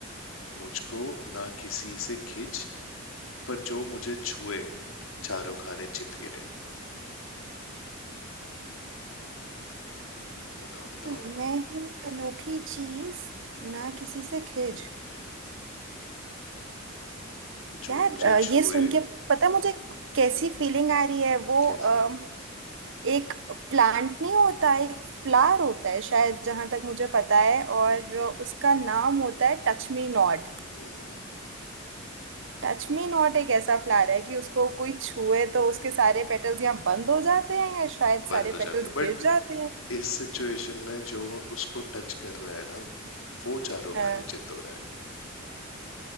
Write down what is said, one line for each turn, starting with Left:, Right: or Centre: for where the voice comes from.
Left: मुझको ना किसी से खिंच पर जो मुझे छुए चारों खाने चित गिरे बताओ बताओ
Right: हाँ, मैं हूँ एक अनोखी चीज ना किसी से खिज
Left: जो
Right: यार
Left: मुझे
Right: अ,
Left: छुए
Right: ये सुन के पता है मुझे कैसी फीलिंग आ रही है वो
Left: कैसे
Right: अम, एक प्लांट नहीं होता एक फ्लावर होता है शायद जहां तक मुझे पता है और
Left: हम्म
Right: उसका नाम होता है touch me not
Left: हम्म,
Right: Touch me not एक ऐसा फ्लावर है कि उसको कोई छुए तो उसके सारे पेटल्स यहाँ बंद हो जाते हैं या शायद
Left: बंद
Right: सारे
Left: हो
Right: पेटल्स
Left: जाते हैं। बट
Right: गिर जाते हैं
Left: इस सिचुएशन में जो उसको टच कर रहा है ना वो चारों
Right: हाँ,
Left: खाने चित हो रहा